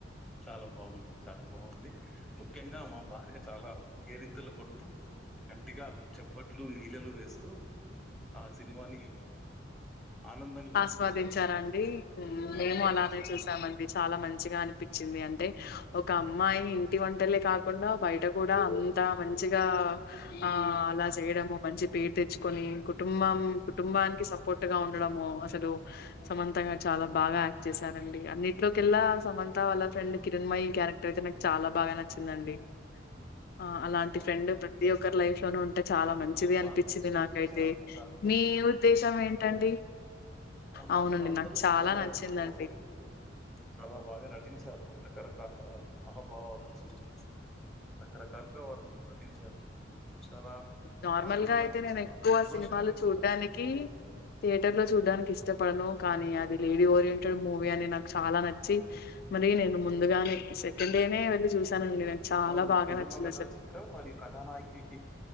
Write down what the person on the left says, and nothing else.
ఆస్వాదించారండి
మేము
అలానే చూసామండి చాలా మంచిగా అనిపించింది అంటే ఒక అమ్మాయి ఇంటి వంటలే కాకుండా బయట గూడా అంత మంచిగా ఆ అలా చేయడము మంచి పేరు తెచ్చుకొని కుటుంబం కుటుంబానికి సపోర్ట్ గా ఉండడము అసలు సమంతంగా చాలా బాగా యాక్ట్ చేశారండి అన్నిట్లోకెళ్లా సమంత వాళ్ళ ఫ్రెండ్ కిరణ్మయి క్యారె క్టర్ అయితే నాకు చాలా బాగా నచ్చిందండి
ఆ అలాంటి
ఫ్రెండ్ ప్రతి ఒక్కరి లైఫ్ లోనూ ఉంటే చాలా మంచిది
అనిపించింది
నాకైతే
మీ ఉద్దేశం ఏంటండి
అవునండి.
నాకు
నచ్చిందండి.
నార్మల్గా
అయితే
నేను ఎక్కువ
సినిమాలు
చూడ్డానికి
థియేటర్ లో చూడడానికి ఇష్టపడను కానీ అది లేడీ ఓరియంటెడ్ మూవీ అని నాకు చాలా నచ్చి మరి నేను ముందుగానే సెకండ్ డేనే వెళ్ళి చూశానండి నాకు చాలా
బాగా
నచ్చింది
అసలు